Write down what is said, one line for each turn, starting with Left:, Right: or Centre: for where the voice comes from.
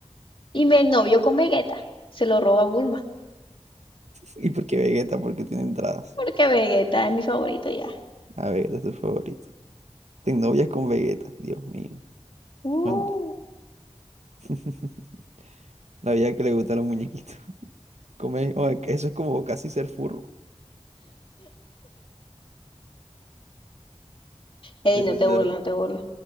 Left: Y me novio con Vegeta, se lo roba a Bulma,
Right: ¿Y por qué Vegeta? Porque tiene entradas.
Left: porque Vegeta es mi favorito ya.
Right: A Vegeta es su favorito. Ten novias con Vegeta, Dios mío.
Left: Uh,
Right: Cuan- <laughs> La vida que le gusta a los muñequitos. Come- o sea, que eso es como casi ser furro.
Left: ey,
Right: es
Left: no te
Right: verdad
Left: burles, no te burles.